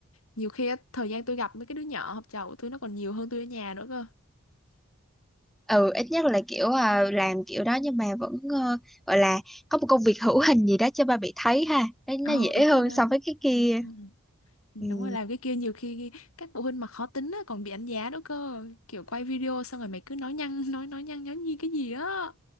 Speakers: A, on the left; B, in the centre.
A: nhiều khi á, thời gian tôi gặp mấy cái đứa nhỏ học trò của tôi nó còn nhiều hơn tôi ở nhà nữa cơ
B: ừ ít nhất là kiểu ờ, làm kiểu đó nhưng mà vẫn ờ, gọi là có một công việc hữu <laughs> hình gì đó cho ba bị thấy ha nó,
A: ờ
B: nó dễ
A: đúng
B: hơn
A: rồi đó
B: so với cái kia
A: đúng rồi Đúng
B: ừ, đúng
A: rồi làm cái kia nhiều khi các phụ huynh mà khó tính á, còn bị đánh giá nữa cơ kiểu quay video xong rồi mày cứ nói nhăng <laughs> nói nói nhăng nói nhi cái gì á